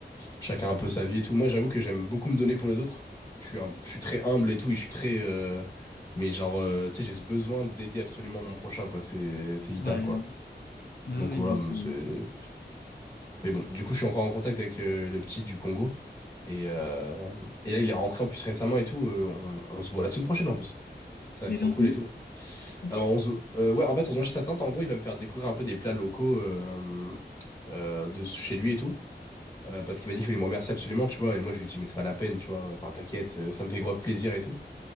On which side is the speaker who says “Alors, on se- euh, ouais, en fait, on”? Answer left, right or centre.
Left